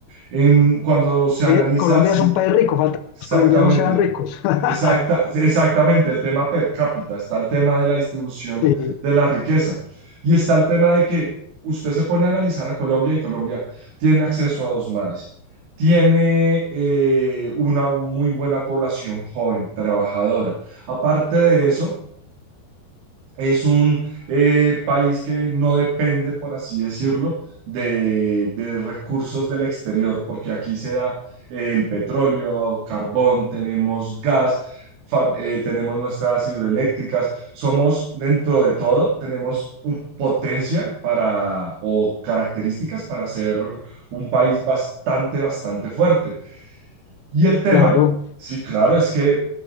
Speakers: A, on the right; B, on the left.
A: en, cuando se
B: Sí,
A: analiza,
B: Colombia
A: sí,
B: es un país rico, falta que
A: exactamente,
B: los colombianos sean ricos. <laughs>
A: exacta, exactamente, el tema per cápita, está el tema de la distribución
B: Sí,
A: de la riqueza y está el tema de que usted se pone a analizar a Colombia y Colombia tiene acceso a dos mares, tiene eh, una muy buena población joven, trabajadora. Aparte de eso, es un eh, país que no depende, por así decirlo, de, de recursos del exterior, porque aquí se da eh, el petróleo, carbón, tenemos gas, fa- eh, tenemos nuestras hidroeléctricas, somos dentro de todo, tenemos un- potencia para o características para ser un país bastante, bastante fuerte. Y el tema,
B: claro.
A: sí, claro, es que